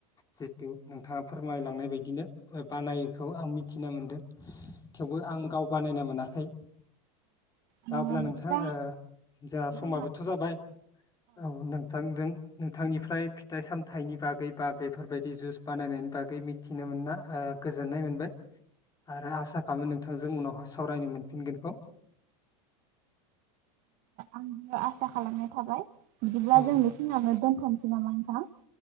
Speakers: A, on the left; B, on the right.
A: जिहेथु नोंथाङा फोरमायलांनाय बायदिनो बानायोखौ आं मिथियो। थिना मोन्दों। थेवबो आं गाव बानायना मोनाखै। दा
B: ओ
A: अब्ला
B: बिदिब्ला
A: नोंथां जोंहा समाबोथ'
B: औ
A: जाबाय औ नोंथांजों नोंथांनिफ्राय फिथाइ सामथाइनि बागै बा बेफोरबायदि जुस बानायनायनि बागै मिथिनो मोना ओ गोजोननाय मोनबाय। आरो आसा खालामो नोंथांजों उनावहाय सावरायनो मोनफिनगोनखौ।
B: आंबो आसा खालामनाय थाबाय। बिदिब्ला
A: औ
B: जों बे खिनियावनो दोनथ'नोसै नामा नोंथां।